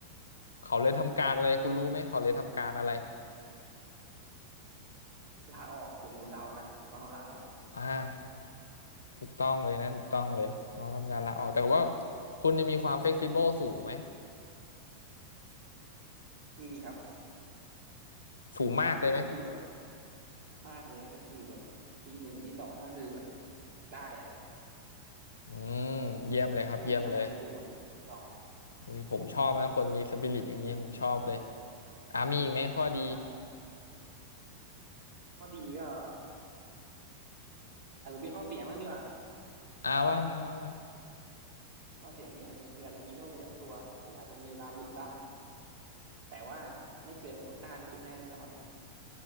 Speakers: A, on the left; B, on the right.
A: เขาเลยทำการอะไรคุณรู้ไหมเขาเลยทำการอะไร
B: ลาออกผมผมเดานะผมว่าเขาลาออก
A: อ่าถูกต้องเลยนะถูกต้องเลยเขาทำการลาออกแต่ว่าคุณนี่มีความเฟ e ซิเบิลสูงไหม
B: มีครับ
A: สูงมากเลยไหม
B: ก็คือแบบมากเลยก็คือแบบปีหนึ่งปีสองก็คือแบบได้อะ
A: อืมเยี่ยมเลยครับเยี่ยมเลย
B: ผมก็ยังทำงานอยู่อะปีหนึ่งปีสองอะ
A: อุ้ยผมชอบนะคนมีสปิริตอย่างนี้ผมชอบเลยอ่ามีอีกไหมข้อดี
B: ใช่ข้อดีก็อาจจะมีข้อเสียบ้างดีกว่า
A: อ่าว่ามาว่ามา
B: ข้อเสียนี่อาจจะคืออาจจะมีโรคประจำตัวก็คืออาจจะมีลาหยุดบ้างแต่ว่าไม่เกินโควต้าที่คุณให้แน่นอน